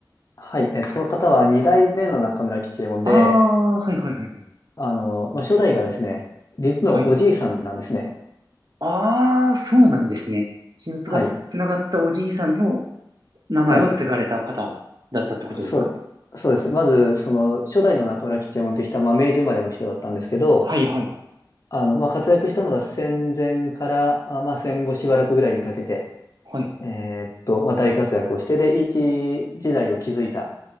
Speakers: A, on the left (about 45°); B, on the right (about 55°).
A: はい。えーその方は二代目の中村吉右衛門で、
B: ああー、はいはいはいはい。
A: あの、まあ、初代がですね、実のおじいさんなんですね。
B: はい。ああ、そうなんですね。血のつが、
A: はい。
B: つながったおじいさんの名前を継がれた方だったってことですか
A: はい。そう、そうです。まず、その、初代の中村吉右衛門という人は、まあ、明治生まれの人だったんですけど、
B: はいはいはい。
A: あの、まあ、活躍したのは戦前から、あまあ、戦後しばらくぐらいにかけて、
B: はい。
A: えーっと、まあ、大活躍をして、で、一時代を築いた、